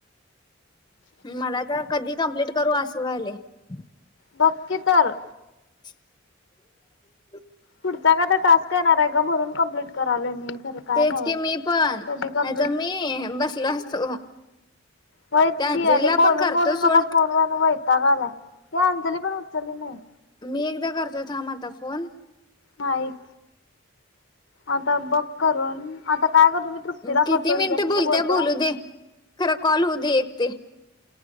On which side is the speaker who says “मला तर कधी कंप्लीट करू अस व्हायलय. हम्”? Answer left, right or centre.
Left